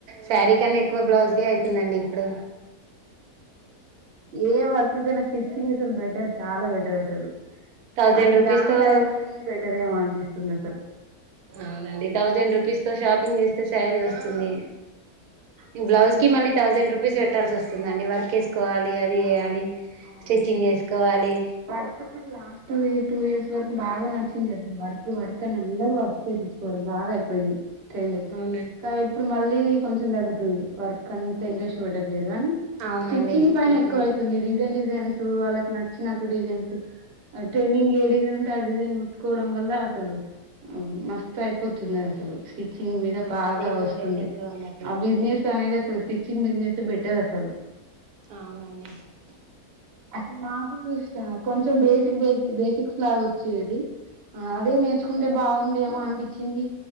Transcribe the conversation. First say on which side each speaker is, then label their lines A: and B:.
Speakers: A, on the right; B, on the right.
A: శారీ కన్నా ఎక్కువ బ్లౌజ్కే అయితుందండి ఇప్పుడు
B: ఏ వర్క్యినా స్చ్చింగ్ బెటర్ చాలా బెటర్ అసలు
A: థౌజండ్
B: అసలు
A: రూపీస్
B: దన్
A: తో
B: సైడ్ పోవడమే బెటర్ ఏమో అనిపిస్తుంది అసలు
A: అవునండి థౌజండ్ రూపీస్ తో షాపింగ్ శారీ వస్తుంది ఈ బ్లాజ్ మళ్ళీ థౌజండ్ రూపీస్ పెట్టాల్సి వస్తుందండి వర్క్ చేసుకోవలి అది వేయాలి
B: <unintelligible>
A: స్టిచ్చింగ్ చేసుకోవాలి
B: టూ ఇయర్స్ వరకు బాగా నడిచింది వర్క్ వర్క్ అని అందరూ వర్క్ చేయించుకోవడం బాగా అయిపోయింది <unintelligible>
A: అవునండి
B: ఇప్పుడు మళ్ళీ కొంచెం <unintelligible> వర్క్ అంత ఇంటరెస్ట్ పెట్టలేదు
A: అవునండి
B: స్టిచింగ్ పైన
A: ఇప్పుడే
B: ఎక్కువ అవుతుంది డిజైన్ డిజైన్స్ వాళ్ళకి నచ్చినట్టు డిజైన్స్ ట్రెండింగ్ ఏ డిజైన్ ఉంటే ఆ డిజైన్ కుట్టుకోవడం వల్ల అసలు మస్త అయిపోతుంది అసలు మీద
A: ఆ
B: బాగా
A: అదే ఇప్పుడు
B: వస్తుంది
A: ట్రెండింగ్ లో ఉందండి
B: ఆ బిజినెస్ అనేది <unintelligible> బిజినెస్ బెటర్ అసలు
A: ఆ <unintelligible>
B: అసలు మాకు కొంచెం బేస్ బేసి బేసిక్స్ లాగ వచ్చేది అదే నేర్చుకుంటే బాగుండేమో అనిపించింది